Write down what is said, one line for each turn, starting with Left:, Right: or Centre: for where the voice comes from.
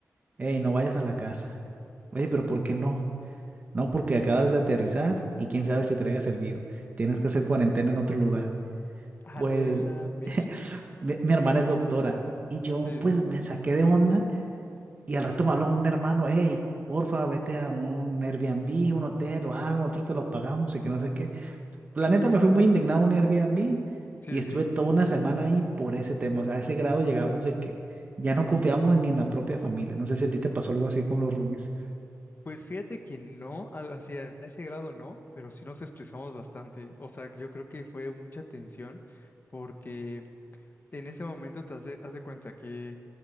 Right: hey, no vayas a la casa. Oye, pero ¿por qué no? No, porque acabas de aterrizar y quién sabe si traigas el virus. Tienes que hacer cuarentena en otro lugar.
Left: A
Right: Pues
Left: la mecha,
Right: <laughs> mi, mi hermana es doctora y yo
Left: sí,
Right: pues
Left: sí,
Right: me saqué de onda y al rato me habló un hermano, hey, porfa, vete a un Airbnb, un hotel o algo, nosotros te lo pagamos y que no sé qué. La neta me fui muy indignado a un Airbnb
Left: sí,
Right: y estuve
Left: sí,
Right: toda una semana ahí por ese tema. O sea, a ese grado llegamos de que ya no confiamos ni en la propia familia. No sé si a ti te pasó algo así con los roomies.
Left: Pues fíjate que no, al- hacia ese grado no, pero sí nos estresamos bastante. O sea, yo creo que fue mucha tensión porque en ese momento te has de, haz de cuenta que